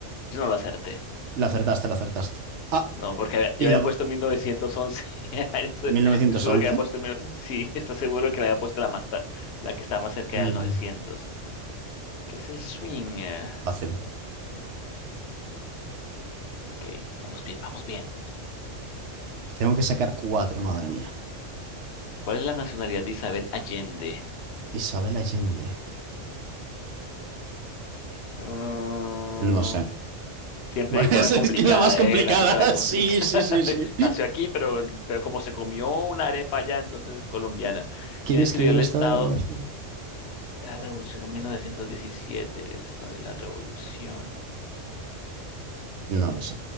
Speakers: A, on the left; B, on the right.
A: Yo no lo acerté.
B: La acertaste, la acertaste. Ah,
A: No, porque había-
B: y
A: yo había
B: la...
A: puesto 1911. <laughs>
B: 1911.
A: Estoy seguro que había puesto 1900. Sí, está seguro que la había puesto la más tar- la que estaba más cerca
B: Mm,
A: del 900, que es el swing. eh.
B: fácil.
A: Ok, vamos bien, vamos bien.
B: Tengo que sacar cuatro, madre mía.
A: ¿Cuál es la nacionalidad de Isabel Allende?
B: Isabel Allende.
A: Mm,
B: No sé.
A: siempre
B: <laughs>
A: con
B: Es,
A: la complicada,
B: es que es la más complicada.
A: ¿eh? La que te la
B: <laughs>
A: complica.
B: Sí,
A: <laughs>
B: sí, sí, sí.
A: Nació aquí, pero, pero como se comió una arepa allá, entonces es colombiana.
B: ¿Quién
A: ¿Quién
B: escribió
A: escribió el
B: el Estado
A: Estado?
B: de los...
A: de La Revolución de 1917, el Estado y la Revolución.
B: No lo sé.